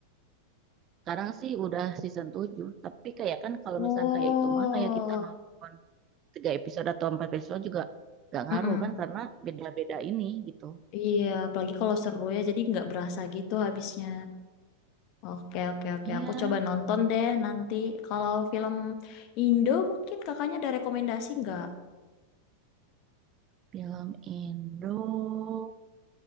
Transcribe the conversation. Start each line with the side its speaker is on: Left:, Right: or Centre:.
Right: Sekarang sih udah season 7 tapi kayak kan kalau
Left: Oh.
Right: misalnya kayak itu mah kayak kita nonton tiga episode atau empat episode juga gak ngaruh
Left: Mm-mm.
Right: kan karena beda-beda ini gitu.
Left: Iya, apalagi kalau seru ya jadi nggak berasa gitu habisnya. Oke, oke, oke.
Right: Iya,
Left: Aku coba nonton deh nanti. Kalau film Indo mungkin kakaknya ada rekomendasi nggak?
Right: film Indo